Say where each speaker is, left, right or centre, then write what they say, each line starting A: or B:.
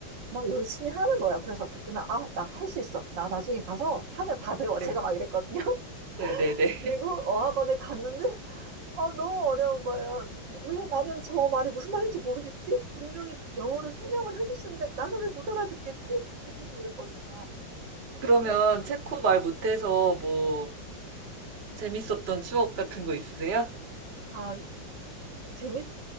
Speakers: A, on the right; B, on the right.
A: 막 열심히 하는 거예요. 그래서 그때는, 아, 나 할 수 있어. 나 나중에 가서 하면 다 배워. <laughs>
B: 네,
A: 제가 막 이랬거든요. <laughs>
B: 네, 네, 네.
A: 그리고
B: <laughs>
A: 어학원을 갔는데, 어, 너무 어려운 거예요. 왜 나는 저 말이 무슨 말인지 모르겠지? 분명히 영어로 설명을 해줬는데, 나는 왜 못 알아듣겠지? 저 계속 이랬거든요. 그
B: 그러면
A: 상태로,
B: 체코
A: 네.
B: 말 못해서 뭐, 재밌었던 추억 같은 거 있으세요?
A: 아, 재밌,